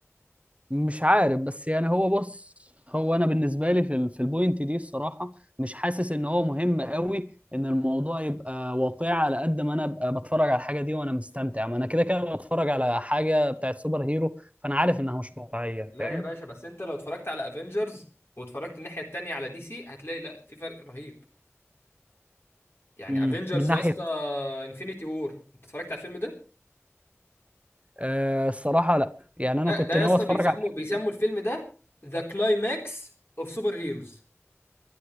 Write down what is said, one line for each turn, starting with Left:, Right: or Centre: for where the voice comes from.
Right: مش عارف بس يعني هو بص هو انا بالنسبه لي في ال- في البوينت دي الصراحه مش حاسس ان هو مهم قوي ان الموضوع يبقى واقعي على قد ما انا ابقى بتفرج على الحاجه دي وانا مستمتع ما انا كده كده بتفرج على حاجه بتاعت سوبر هيرو فانا عارف انها مش واقعيه
Left: لا
Right: فاهم
Left: يا باشا بس انت لو اتفرجت على افنجرز واتفرجت الناحية التانية على دي سي هتلاقي لا في فرق رهيب يعني
Right: امم
Left: افنجرز
Right: من ناحيه
Left: يا اسطى انفينيتي وور انت اتفرجت على الفيلم ده
Right: آه الصراحه لا يعني
Left: ده
Right: انا كنت
Left: ده يا
Right: ناوي
Left: اسطى
Right: اتفرج
Left: بيسموا
Right: على الحاجه
Left: بيسموا
Right: دي
Left: الفيلم ده ذا كلايماكس اوف سوبر هيروز